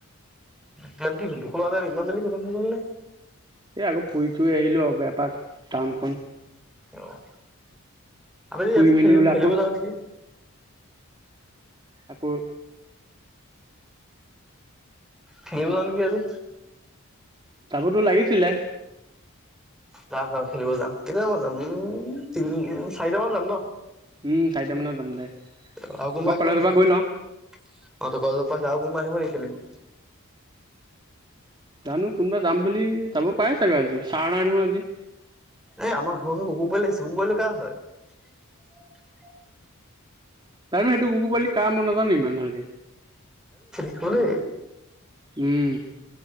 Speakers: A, in the centre; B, on the right.
A: তেল কি হল, দুশ টকা তেল ইমান জলদি খটম হৈ গ'ল নে?
B: এই আকৌ ফুৰি-চুৰি আহিলোঁ আৰু এপাক টাউনখন।
A: অ', আবেলি
B: ফুৰি
A: ইয়াতে
B: মেলি
A: খেল,
B: বোলো
A: খেলিব
B: আকৌ
A: যাওঁ নেকি।
B: আকৌ
A: খেলিব যাওঁ নেকি আজি।
B: যাবতো লাগিছিলে।
A: যাম যাম, খেলিব যাম। কেইটামান যাম উম, তিন-চাৰিটামান যাম ন?
B: উম, চাৰিটা মানত যাম দে।
A: আৰু কোনোবা
B: মই
A: আহিব
B: কলেজৰ
A: নেকি?
B: পৰা গৈ লওঁ
A: অ', তই কলেজৰ পৰা আহি ল'। কোনোবা আহিব নেকি খেলিব?
B: জানো কোনোবা যাম বুলি যাব পাৰে চাগৈ আজি। চাৰ নাই নহয় আজি।
A: এই আমাৰ কুকুৰ পোৱালি দেখিছোঁ, কুকুৰ পোৱালিটো কৰ হয়?
B: <unintelligible> কুকুৰ পোৱালিটো কাৰ মই নাজানো ইমান ভালকে।
A: আকৌ দেই।
B: উম।